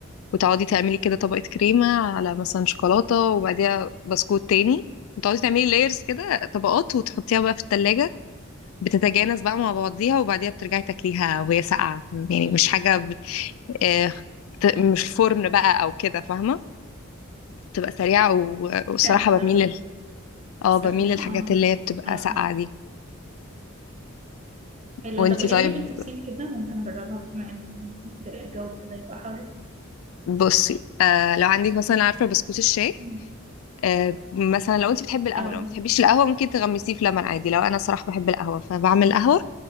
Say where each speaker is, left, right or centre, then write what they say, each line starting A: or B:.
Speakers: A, on the left; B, on the right.
A: وتقعدي تعملي كده طبقة كريمة على مثلا شوكولاتة وبعديها بسكوت تاني وتقعدي تعملي لايرز كده طبقات وتحطيها بقى في التلاجة بتتجانس بقى مع بعضيها وبعديها بترجعي تاكليها وهي ساقعة يعني مش حاجة بت... آه، ت- مش فرن بقى أو كده فاهمة بتبقى سريعة و- والصراحة
B: حلو ده
A: بميل
B: خفيف
A: لل... اه
B: سريع
A: بميل للحاجات
B: اه
A: اللي هي بتبقى
B: اه
A: ساقعة دي
B: حلو
A: وانتي
B: طب قوليها
A: طيب
B: لي بالتفصيل كده ممكن اجربها بما ان الجو ابتدى يبقى حر
A: بصي آه لو عندك مثلا عارفة بسكوت الشاي
B: أمم،
A: آه، مثلا لو انت بتحبي القهوه
B: اه
A: لو ما بتحبيش القهوه ممكن تغمسيه في لبن عادي لو انا صراحه بحب القهوه فبعمل قهوه